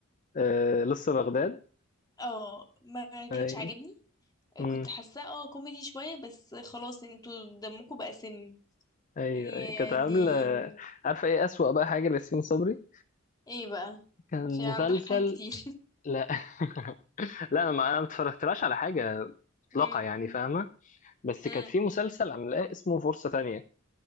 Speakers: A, on the left; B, on the left.
A: آه لسه بغداد
B: اه ما كانش
A: اي
B: عاجبني
A: امم
B: كنت حاساه اه كوميدي شوية بس خلاص انتوا دمكم بقى سم
A: ايوه
B: يعني
A: أيوة. كانت عامله عارفه ايه اسوأ بقى حاجه لياسمين صبري
B: ايه بقى
A: كان
B: عشان عندها
A: مسلسل
B: حاجات كتير
A: لا <laughs> لا انا ما انا ما اتفرجتلاش على حاجه مطلقه
B: <laughs>
A: يعني فاهمه بس
B: امم
A: كانت في مسلسل عاملاه اسمه فرصه تانية